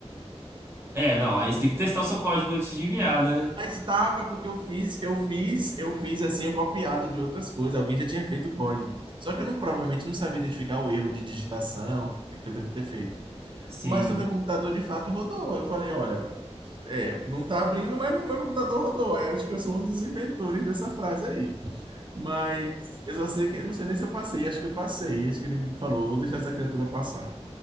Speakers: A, on the right; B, on the right.
A: É, não, aí você tem que testar o seu código antes de enviar, né?
B: Mas estava porque eu fiz, eu fiz, eu fiz assim, eu copiado de outras coisas. Alguém já tinha feito o código. Só que eu não, provavelmente não sabia identificar o erro de digitação que, que eu devo ter feito.
A: Sim.
B: Mas no meu computador de fato rodou. Eu falei, olha, é, não tá abrindo, mas no meu computador rodou. Aí eu acho que eu sou um dos inventores dessa frase aí. Mas eu só sei que eu não sei nem se eu passei, acho que eu passei. Acho que ele falou, vou deixar essa criatura passar.